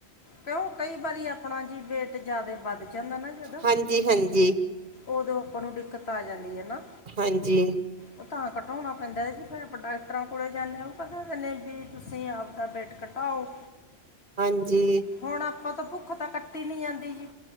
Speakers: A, on the left; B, on the right.
A: ਕਿਉਂ ਕਈ ਵਾਰੀ ਆਪਣਾ ਜੀ ਵੇਟ ਜਿਆਦਾ ਵੱਧ ਜਾਂਦਾ ਨਾ ਜਾਂਦਾ
B: ਹਾਂਜੀ ਹਾਂਜੀ
A: ਉਦੋਂ ਆਪਾਂ ਨੂੰ ਦਿੱਕਤ ਆ ਜਾਂਦੀ ਹੈ ਨਾ
B: ਹਾਂਜੀ
A: ਉਹ ਤਾਂ ਘਟਾਉਣਾ ਪੈਂਦਾ ਹੈ ਜੀ ਫਿਰ ਆਪਾਂ ਡਾਕਟਰਾਂ ਕੋਲੇ ਜਾਂਦੇ ਹਾਂ ਉਹ ਕ ਦਿੰਦੇ ਵੀ ਤੁਸੀਂ ਆਪਦਾ ਬੇਟ ਕੱ ਤਾਂ ਉਹ
B: ਹਾਂਜੀ
A: ਹੁਣ ਆਪਾਂ ਤਾਂ ਭੁੱਖ ਤਾਂ ਕੱਟੀ ਨਹੀਂ ਜਾਂਦੀ ਜੀ